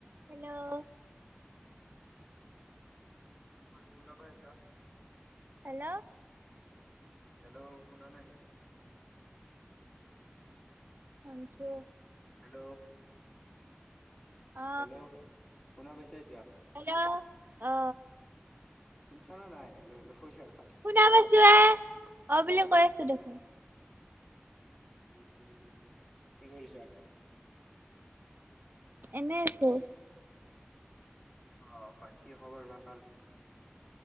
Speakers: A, on the right; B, on the left.
A: Hello.
B: Hello কি কৰি পুণ ভাই আছ
A: হেল্ল'।
B: হেল্ল' শুনা নাই নেকি?
A: শুনচো।
B: হেল্ল'।
A: অ
B: হেল্ল' শুনা পাইছা এতিয়া?
A: হেল্ল' অ
B: শুনচানা নাই লৈ <unintelligible>
A: শুনা পাইছো এ অ', বুলি কৈ আছো দেখোন।
B: হে কি বুলি কয় কৰিছা?
A: এনে আছো।
B: অহ, বাকী খবৰ ভাল?